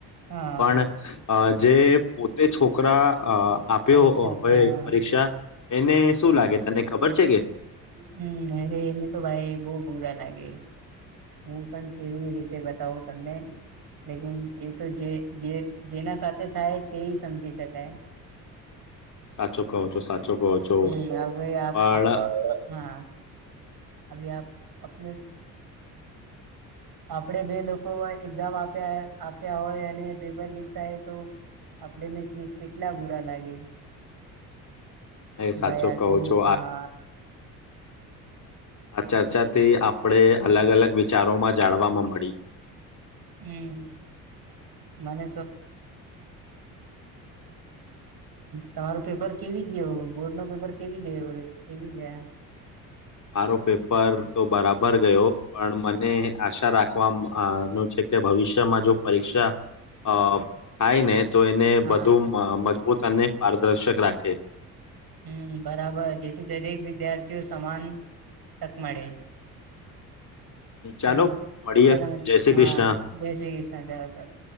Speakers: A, on the right (about 50°); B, on the left (about 40°).
A: હા
B: પણ જે પોતે છોકરા આપ્યો
A: પરીક્ષા
B: હોય
A: હા
B: પરીક્ષા. એને શું લાગે તને ખબર છે કે.
A: હમ અરે એને તો ભાઈ બહ બુરા લાગે. હું પણ કેવી રીતે બતાવું તમને લેકન એ તો જે જેના સાથે થાય તે સમજી શકાય.
B: સાચો કહો છો સાચો કહો છો
A: હા
B: પણ
A: અ આપ. આપણે. આપડે બે લોકો એક્ઝામ આપ્યા આપ્યા હોય અને પેપર લીક થાય તો આપડેને કેટલા બુરા લાગે.
B: એ
A: કે
B: સાચો
A: ભાઈ આટલી
B: કહો છો
A: આ.
B: આ ચર્ચાથી આપણે અલગ અલગ વિચારોમાં જાણવામાં મળી.
A: હમ મને તમારું પેપર કેવી ગ બોર્ડ ન પેપર કેવી ગય કેવી ગયા.
B: મારો પેપર તો બરાબર ગયો પણ મને આશા રાખી. નું છે કે ભવિષ્યમાં જો પરીક્ષા. અ થાય ને તો એને
A: હા
B: બધું મજ. પોતાને પારદર્શક રાખે.
A: હમ બરાબર જેથી દરેક વિદ્યાર્થીઓ સમાન તક મળે. હમ
B: ચાલો મળીએ
A: ચલો
B: જય શ્રી
A: હા
B: કૃષ્ણ
A: જય શ્રી કૃષ્ણ ચલો ચલો.